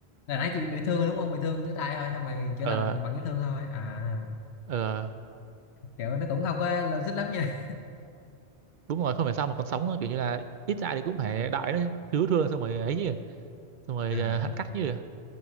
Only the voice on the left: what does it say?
là nãy chị bị, bị thương rồi đúng không bị thương cái tay thôi xong rồi chữa
lành bằng bằng vết thương thôi à
kiểu nó cũng không có logic lắm nha
à